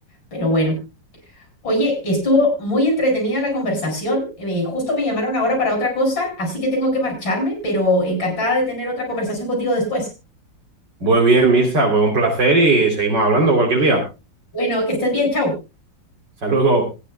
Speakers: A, on the left; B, on the right.
A: Pero bueno, oye, estuvo muy entretenida la conversación. eh, justo me llamaron ahora para otra cosa, así que tengo que marcharme, pero encantada de tener otra conversación contigo después.
B: Muy bien, Mirza, pues un placer y seguimos hablando cualquier día.
A: Bueno, que estés bien, chao.
B: Hasta luego.